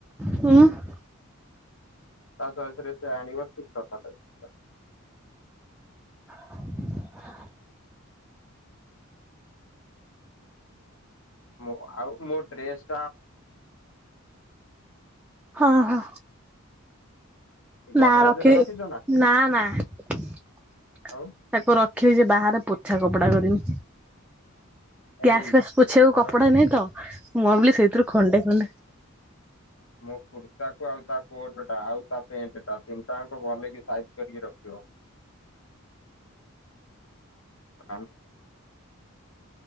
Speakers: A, in the centre; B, on the left.
A: ହଁ <unintelligible>
B: ତା ଚଏସରେ ସେ ଆଣିବ। ଶଠିକ କଥାଟ
A: <inaudible>
B: ମୁଁ ଆଉ ମୋ ଡ୍ରେସ୍
A: ହଁ ହଁ
B: ଗଡରେଜ
A: ନା ରଖିବ
B: ରେ ରଖିଛ
A: ନା ନା ତାକୁ
B: ଆଉ
A: ରଖିବେଛି ବାହାରେ ପୋଛା କପଡା କରିମି। ଗ୍ୟାସ
B: ଏଇ
A: ଫ୍ୟାସ ପୋଛିଆକୁ
B: ମୋର
A: କପଡା ନାଇଁ ତ ମୁଁ ଭାବିଲି ସେଇଥିରୁ ଖଣ୍ଡେ ଖଣ୍ଡେ
B: ମୁଁ କୁର୍ତ୍ତା ଆଉ ତା କୋଟ ଟା ଆଉ ପେଣ୍ଟ ଟା ନ୍ତାା ଭଲ ଲ କି ସାଇ <inaudible> କରିକି ରଖଥିବ। <unintelligible>